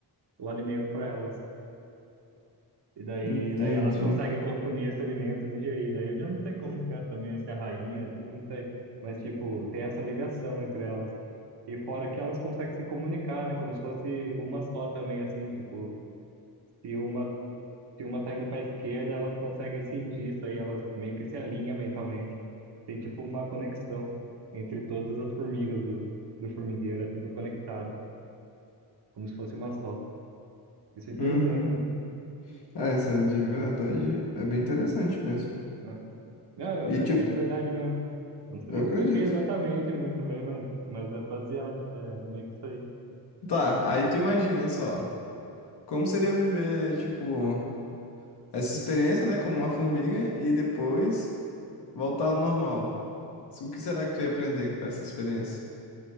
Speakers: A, on the right; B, on the left.
A: o alimento para elas. E daí,
B: Entendi.
A: daí elas conseguem consumir esse alimento digerido. Aí eu já não sei como que é também, se é rainha, não sei. Mas, tipo, tem essa ligação entre elas. E fora que elas conseguem se comunicar, né? Como se fosse uma só também, assim, tipo, se uma, se uma tá indo pra esquerda, elas conseguem sentir isso aí, elas meio que se alinham mentalmente. Tem tipo uma conexão entre todas as formigas do, do formigueiro, é tudo conectado, como se fosse uma só. Isso é interessante,
B: Uhum. Ah, essa de verdade é bem interessante mesmo.
A: né? Não,
B: E,
A: é,
B: tipo,
A: é de verdade mesmo. Eu não sei
B: eu
A: se
B: acredito.
A: eu expliquei exatamente muito bem, mas, mas é baseado, é meio que isso aí.
B: Tá, aí tu imagina só. Como seria viver, tipo, essa experiência, né, como uma formiga e depois voltar ao normal? O que será que tu ia aprender com essa experiência?